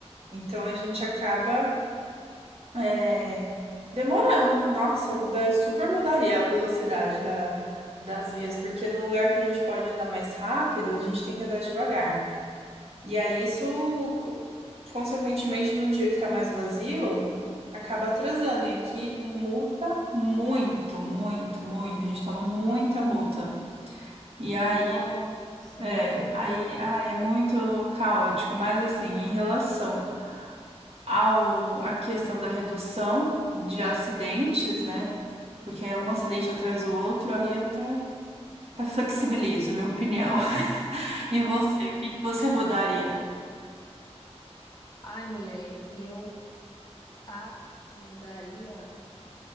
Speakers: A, on the right; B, on the left.
A: Então a gente acaba é, demorando. Nossa, eu muda, eu super mudaria a velocidade da, das vias, porque no lugar que a gente pode andar mais rápido, a gente tem que andar devagar. E aí isso, co- consequentemente, num dia que tá mais vazio, acaba atrasando. E aqui multa muito, muito, muito. A gente toma muita multa. E aí,
B: Nossa,
A: é,
B: não acredito.
A: aí, ai, é muito caótico, mas assim, em relação. ao, a questão da redução de acidentes, né? Porque é um acidente atrás do outro, aí eu até, até flexibilizo, minha opinião. <laughs> E você, o que que você mudaria?
B: Ai, mulher, eu acho que mudaria